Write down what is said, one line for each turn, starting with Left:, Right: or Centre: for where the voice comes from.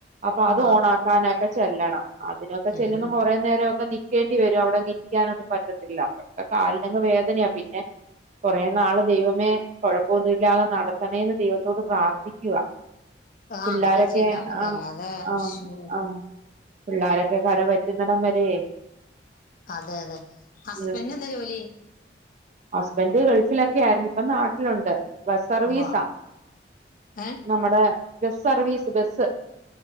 Right: അപ്പൊ
Left: ഉവ്വ
Right: അത് ഓൺ ആക്കാനൊക്കെ ചെല്ലണം. അതിനൊക്കെ
Left: ഉം
Right: ചെല്ലുമ്പം കൊറേ നേരം ഒക്കെ നിക്കേണ്ടി വരും. അവിടെ നിക്കാനൊന്നും പറ്റത്തില്ല <unintelligible> കാലിനങ്ങ് വേദനയാ. പിന്നെ കൊറെ നാള് ദൈവമേ കുഴപ്പൊന്നു ഇല്ലാതെ നടത്തണേന്ന് ദൈവത്തോട് പ്രാർത്ഥിക്കുവാ.
Left: ആ
Right: പിള്ളാരൊക്കെ
Left: അങ്ങനെ ചെയ്താ മതി
Right: ആഹ്
Left: അല്ലാതെ
Right: ആഹ്
Left: ശോ
Right: ആഹ് പിള്ളാരൊക്കെ കര പറ്റുന്നെടം വരെ.
Left: അതെ അതെ ഹസ്ബൻ്റ്ന്
Right: ഉം
Left: എന്താ ജോലി?
Right: ഹസ്ബൻഡ് ഗൾഫിലൊക്കെ ആയിരുന്നു. ഇപ്പം നാട്ടിലുണ്ട്. ബസ് സർവീസാ.
Left: ഉവ്വ ഏ
Right: നമ്മുടെ ബസ് സർവീസ് ബസ്.